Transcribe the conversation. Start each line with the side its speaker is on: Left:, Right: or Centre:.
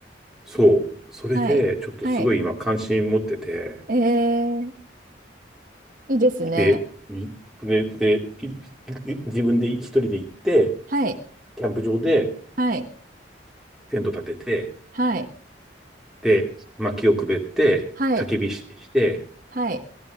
Centre: そう。それで、
Right: はい、
Centre: ちょっとすごい今関心持ってて、
Right: はい。えー、いいですね。
Centre: で、いで、で、いい自分で一人で行って、
Right: はい、
Centre: キャンプ場で
Right: はい、
Centre: テント立てて、
Right: はい、
Centre: で、薪をくべって、
Right: はい、
Centre: 焚き火し、して、
Right: はい、